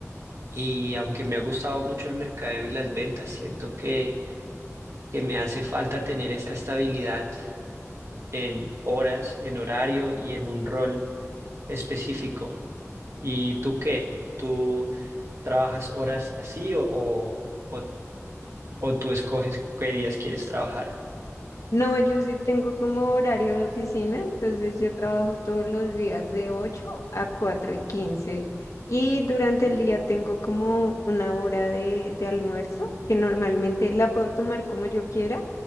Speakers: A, on the right; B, on the left.
A: y aunque me ha gustado mucho el mercadeo y las ventas, siento que, que me hace falta tener esa estabilidad en horas, en horario y en un rol específico. ¿Y tú qué? ¿Tú trabajas horas así o, o, o o tú escoges qué días quieres trabajar?
B: No, yo sí tengo como horario de oficina, entonces yo trabajo todos los días de 8 a 4 y 15, y durante el día tengo como una hora de, de almuerzo que normalmente la puedo tomar como yo quiera,